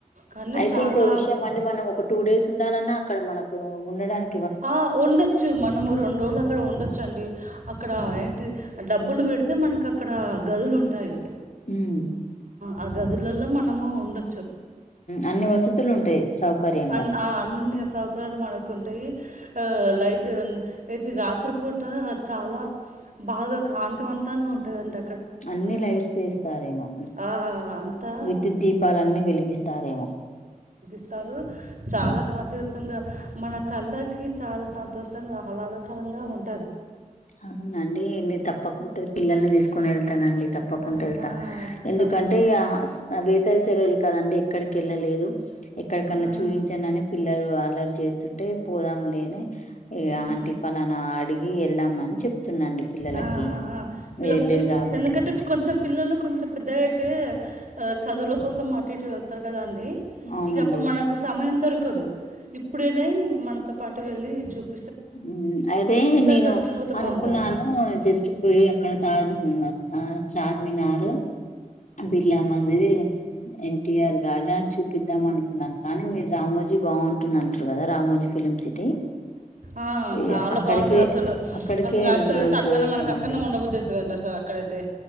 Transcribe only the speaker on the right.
కానీ
చాలా
అ ఉండొచ్చు మనము రెండు రోజులు అక్కడ ఉండొచ్చు అండి అక్కడ ఏంటి డబ్బులు పెడితే మనకి అక్కడ గదులు ఉంటాయి
అ గదులల్లో మనము ఉండొ
అన్ ఆ అన్ని సౌకర్యాలు మనకు ఉంటాయి ఆ లైటు ఉన్ అయితే రాత్రి పూట చాలా బాగా కాంతివంతంగా ఉంటదంట
ఆ అంతా
స్తారు చాలా కాంతియుతంగా మన కళ్ళ చాలా సంతోషంగా ఆహ్లాదకరంగా ఉన్
ఆహా
తప్పం
ఆ
ఉమ్
ఆ ఆ ఆ.
పిల్లలకు
చూ
ఎందుకంటే కొంచెం పిల్లలు కొంచెం పెద్దగా అయితే చదువుల కోసం అటు ఇటు ఎళ్తారు కదా అండి
ఇక అప్పు మనకు సమయం దొరుకదు ఇప్పుడేనే మనతో పాటు వెళ్లి చూప్
కలిసిపోతే
బాగుంటది
ఆ
చాలా
బాగుంటుంది అసలు
అసలు యాక్చువల్
అయితే అక్కడనే
మనకు అక్కడనే ఉండబొద్దు అవుతుందిండి అసలు అక్కడైతే